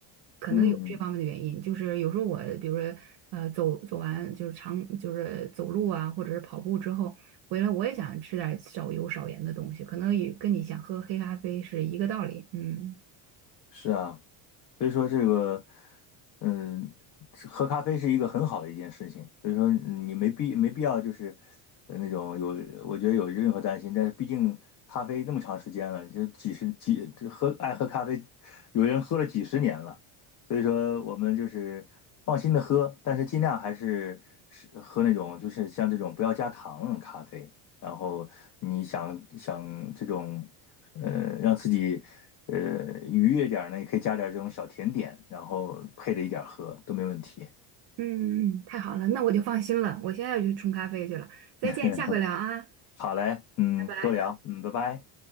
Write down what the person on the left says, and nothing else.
嗯，
是啊。所以说这个，嗯，这喝咖啡是一个很好的一件事情。所以说你没必没必要就是呃那种有，我觉得有任何担心。但是毕竟咖啡那么长时间了，就几十几这喝爱喝咖啡，有人喝了几十年了。所以说我们就是放心的喝，但是尽量还是是喝那种就是像这种不要加糖的咖啡。然后你想想这种。呃，让自己呃愉悦点儿呢，也可以加点儿这种小甜点，然后配着一点儿喝都没问题。
<laughs>
好嘞，嗯，
多聊，嗯，拜拜。